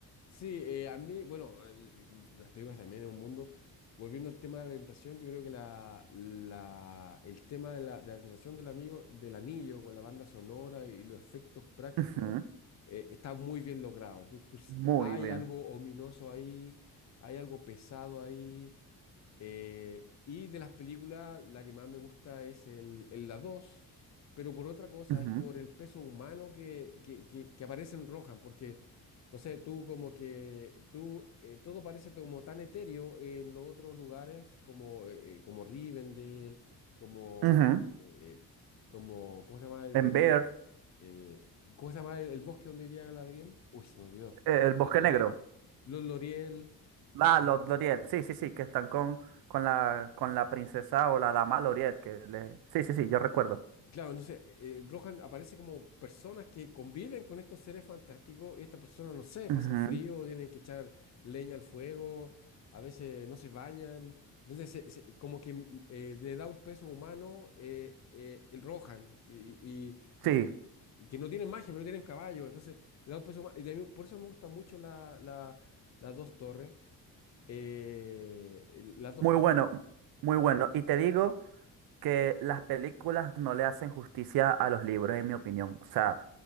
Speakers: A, on the left; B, on the right.
A: Sí, eh, a mí, bueno, el- las películas también es un mundo. Volviendo al tema de la tentación, yo creo que la, la- el tema de la, de la tentación del amigo, del anillo, con la banda sonora y los efectos prácticos,
B: Ujú,
A: eh, está muy bien logrado. Tú- tú s-
B: Muy
A: hay
B: bien.
A: algo ominoso ahí, hay algo pesado ahí. Eh, y de las películas, la que más me gusta es el, el La dos pero por otra cosa,
B: Ujú,
A: es por el peso humano que, que, que, que aparece en Rohan, porque, no sé, tú como que, tú, eh, todo parece como tan etéreo en los otros lugares, como, eh, eh, como Rivendell, como,
B: ujú.
A: eh, eh, como, ¿cómo se llama el,
B: En
A: el,
B: Bear,
A: eh, ¿cómo se llama el, el bosque donde vivía Galadriel? Uy, se me olvidó.
B: eh, el Bosque
A: Los Loriel.
B: Negro.
A: Los Loriel.
B: Ah,
A: eh,
B: los L'Oriel. Sí, sí, sí, que están con, con la, con la princesa o la dama L'Oriel. Que le... Sí, sí, sí, yo recuerdo.
A: Claro, entonces eh, Rohan aparece como personas que conviven con estos seres fantásticos y estas personas, no sé,
B: Ujú,
A: pasan frío, tienen que echar leña al fuego, a veces no se bañan. Entonces, se- se- como que mm, eh, le da un peso humano eh, eh, el Rohan, y, y- y-
B: Sí,
A: que no tienen magia, pero tienen caballo. Entonces, le da un peso humano. Y de mí- por eso me gustan mucho la- la- las dos torres. eh, el- las dos
B: muy
A: torres.
B: bueno, muy bueno. Y te digo. que las películas no le hacen justicia a los libros, en mi opinión. O sea,